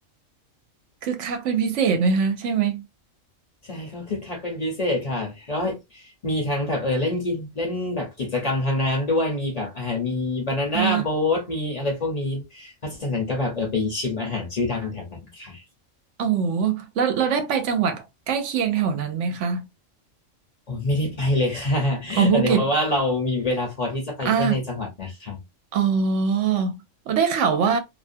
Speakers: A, on the right; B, on the left.
A: คือคักเป็นพิเศษไหมคะใช่ไหม
B: ใช่ก็คึกคักเป็นพิเศษค่ะแล้วมีทั้งแบบเออเล่นกินเล่นแบบกิจกรรมทางน้ำด้วยมีแบบอาหารมีบานาน่าโบ๊ทมีอะไรพวกนี้
A: อ๋อ
B: เพราะฉะนั้นก็แบบเออไปชิมอาหารชื่อดังแถวนั้นค่ะ
A: โอ้โหแล้วเราได้ไปจังหวัดใกล้เคียงแถวนั้นไหมคะ
B: โอ้ยไม่ได้ไปเลยค่ะ <laughs>
A: อ๋อภูเก็ต
B: แต่เดี๋ยวเพราะว่าเรามีเวลาพอที่จะไปแค่ในจังหวัดนะคะ
A: อ่า อ๋อได้ข่าวว่า